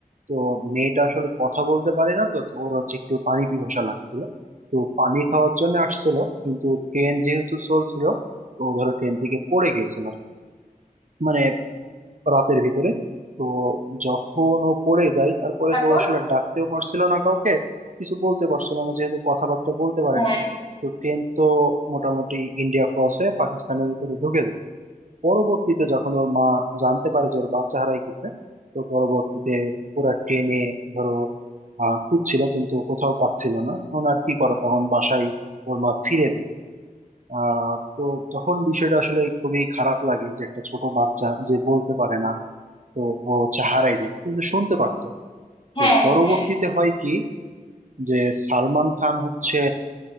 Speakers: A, on the right; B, on the left.
A: তো মেয়েটা আসলে কথা বলতে পারে না তো তো ওর হচ্ছে একটু পানি পিপাসা লাগছিল তো পানি খাওয়ার জন্য আসছিল কিন্তু ট্রেন যেহেতু চলছিল তো ও ধরো ট্রেন থেকে পড়ে গেছিল আর কি। মানে রাতের ভিতরে তো যখন ও পড়ে যায় তারপরে
B: তারপর
A: তো ও আসলে ডাকতেও পারছিল না কাউকে কিছু বলতে পারছিল না যেহেতু কথাবার্তা বলতে পারে
B: হ্যাঁ
A: না তো ট্রেন তো মোটামুটি ইন্ডিয়া ক্রসে পাকিস্তানের ভিতরে ঢুকে যায় পরবর্তীতে যখন ওর মা জানতে পারে যে ওর বাচ্চা হারাই গেছে তো পরবর্তীতে ওরা ট্রেনে ধরো আহ খুঁজছিল কিন্তু কোথাও পাচ্ছিল না তখন আর কি করে তখন বাসায় ওর মা ফিরে যায় আহ তো তখন বিষয়টা আসলে খুবই খারাপ লাগে যে একটা ছোট বাচ্চা যে বলতে পারে না তো ও হচ্ছে হারাই যায় কিন্তু শুনতে পারতো
B: হ্যাঁ
A: তো পরবর্তীতে
B: হ্যাঁ
A: হয় কি যে সালমান খান হচ্ছে